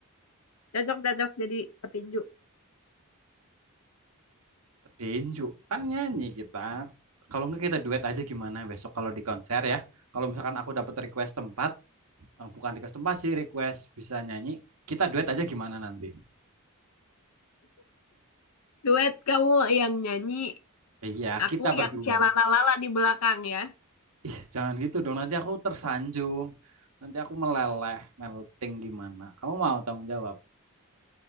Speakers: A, on the left; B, on the right.
A: Cocok, cocok jadi petinju.
B: Petinju. Kan nyanyi kita. Kalau nggak kita duet aja gimana besok kalau di konser ya. Kalau misalkan aku dapat request tempat, eh, bukan request tempat sih, request bisa nyanyi, kita duet aja gimana nanti?
A: Duet kamu yang nyanyi,
B: Iya,
A: aku
B: kita berdua.
A: yang syalalalala di belakang ya.
B: Ih, jangan gitu dong, nanti aku tersanjung. Nanti aku meleleh, melting gimana. Kamu mau tanggung jawab?